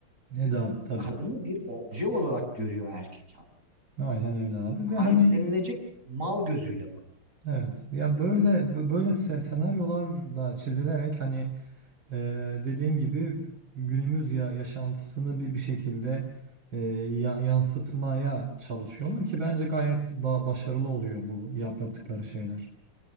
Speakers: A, on the right; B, on the right.
A: Ne de abi tabii.
B: Kadını bir obje olarak görüyor erkek artık.
A: Aynen öyle abi ve
B: Sahiplenilecek
A: hani
B: mal gözüyle
A: evet ya böyle bö- böyle se- senaryolar
B: bakıyor.
A: da çizilerek hani e, dediğin gibi günümüz ya yaşantısını bir bir şekilde e, ya- yansıtmaya çalışıyorlar ki bence gayet ba- başarılı oluyor bu yap yaptıkları şeyler.